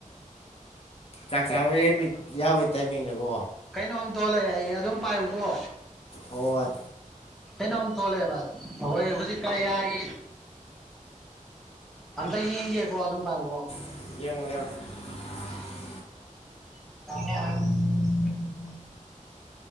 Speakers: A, on the left; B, in the centre.
A: ꯆꯥꯛ ꯆ ꯌꯦ ꯌꯥꯕ ꯏ ꯇꯃꯤꯒꯣ
B: ꯀꯩꯅꯣꯝ ꯊꯣꯛꯣꯂꯛꯑꯦ ꯑꯩ ꯑꯗꯨꯝ ꯄꯥꯏꯕꯣ
A: ꯍꯣꯏ
B: ꯀꯩꯅꯣꯝ ꯊꯣꯛꯂꯛꯑꯦꯕ ꯑꯩꯈꯣꯏ ꯍꯧꯖꯤꯛꯀ ꯌꯥꯏ ꯑꯝꯇ ꯌꯦꯡꯒꯦꯀꯣ ꯑꯗꯨꯝ ꯄꯥꯏꯕꯣ
A: <unintelligible>
B: <unintelligible>